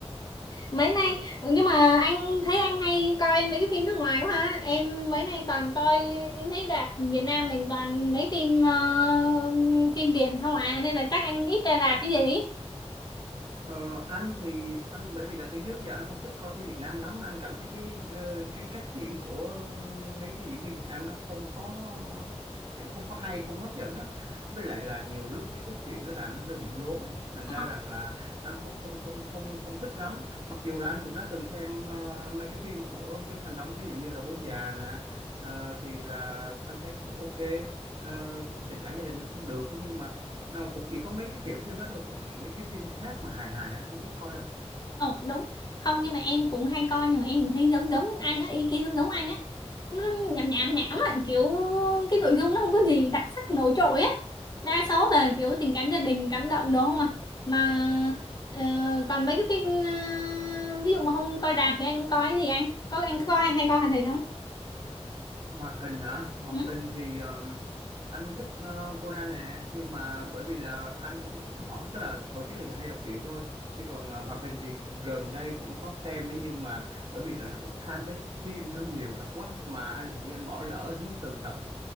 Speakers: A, on the left; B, on the right.
A: Mấy nay nhưng mà anh thấy anh hay coi mấy cái phim nước ngoài quá ha. Em mấy nay toàn coi em thấy rạp Việt Nam mình toàn mấy phim ờ, phim Việt không à nên là chắc anh ít ra rạp chứ gì.
B: Ờ, anh thì anh bởi vì là từ trước giờ anh không thích coi phim Việt Nam lắm anh cảm thấy cái ờ, cái cách diễn của mấy cái diễn viên Việt Nam nó không có kiểu không có hay không có hấp dẫn á với lại là nhiều lúc cái cốt truyện nó làm nó hơi bị lố thành
A: Ờ.
B: ra rằng là anh không không không không không thích lắm mặc dù là anh cũng đã từng xem ờ, mấy cái phim của Trấn Thành Đóng ví dụ như là Bố Già nè ờ, thì là anh thấy cũng ok Ờ, tình cảm gia đình nó cũng được thế nhưng mà Ờ, cũng chỉ có mấy cái kiểu phim đó thôi còn mấy cái phim khác mà hài hài anh không thích coi đâu
A: Ồ đúng Không nhưng mà em cũng hay coi Nhưng mà em cũng thấy giống giống anh á Ý kiến giống giống anh á Nó nhảm nhảm nhảm á Kiểu cái nội dung nó không có gì đặc sắc nổi trội á Đa số là kiểu tình cảm gia đình cảm động đúng không à Mà ờ, còn mấy cái phim ờ, Ví dụ mà không coi rạp thì anh coi cái gì anh Có anh có coi hay coi hoạt hình không
B: hoạt hình hả hoạt
A: ừ?
B: hình thì ờ, anh thích ờ, Conan nè nhưng mà bởi vì là anh cũng bỏ tức là hồi trước thì hay đọc truyện thôi chứ còn ờ, hoạt hình thì gần đây cũng có xem ấy nhưng mà bởi vì là Khan thấy phim nó nhiều tập quá mà anh hình như anh bỏ lỡ đến từ tập